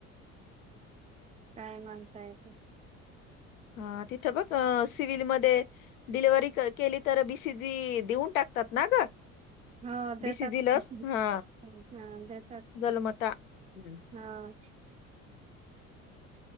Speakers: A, on the right; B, on the left.
A: काय म्हणतायत
B: हा तिथं बघ अ सिव्हिलमधे डिलिव्हरी कर केली तर बी सी जी देऊन टाकतात ना ग
A: हा देतात
B: बीसीजी लस
A: <unintelligible>
B: हा
A: हा देतात.
B: जलमता हम्म.
A: हा.